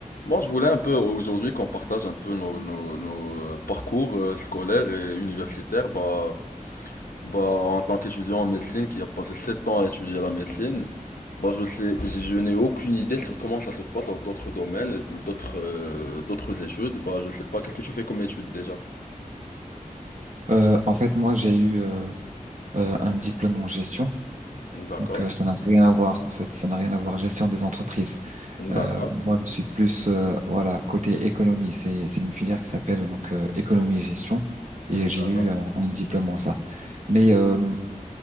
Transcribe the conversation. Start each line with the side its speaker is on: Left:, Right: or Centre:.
Left: Moi, je voulais un peu aujourd'hui qu'on partage un peu nos, nos, nos, euh, parcours euh, scolaires et universitaires. Bah, bah, en tant qu'étudiant en médecine qui a passé 7 ans à étudier la médecine, bah, je sais, je, je n'ai aucune idée sur comment ça se passe dans d'autres domaines et d'autres euh, d'autres études. Bah, je sais pas, qu'est-ce que tu fais comme études déjà?
Right: Euh, en fait, moi, j'ai eu euh, euh, un diplôme en gestion.
Left: D'accord,
Right: Donc, euh, ça n'a rien à voir, en fait. Ça n'a rien à voir, gestion des entreprises. Euh,
Left: d'accord,
Right: moi, je suis plus, euh, voilà, côté économie. C'est, c'est une filière qui s'appelle donc euh, économie et gestion. Et
Left: d'accord.
Right: j'ai eu euh, un diplôme en ça. Mais euh,